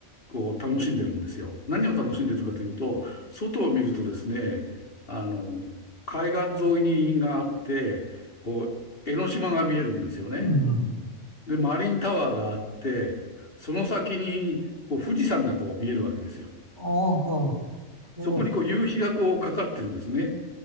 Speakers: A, on the left; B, on the right.
A: こう、楽しんでるんですよ。何を楽しんでるかというと、外を見るとですね、あの、海岸沿いにがあって、こう、江ノ島が見えるんですよね。
B: うん。
A: で、マリンタワーがあって、その先に、こう、富士山がこう見えるわけですよ。
B: ああ、そう、
A: そこにこう夕日がこうかかってるんですね。